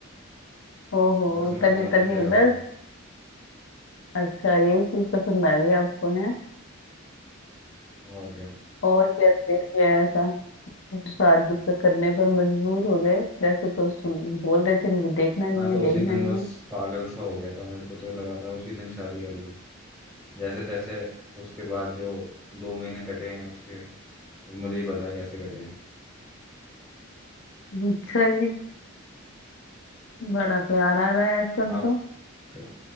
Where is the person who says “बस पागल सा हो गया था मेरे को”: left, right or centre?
Centre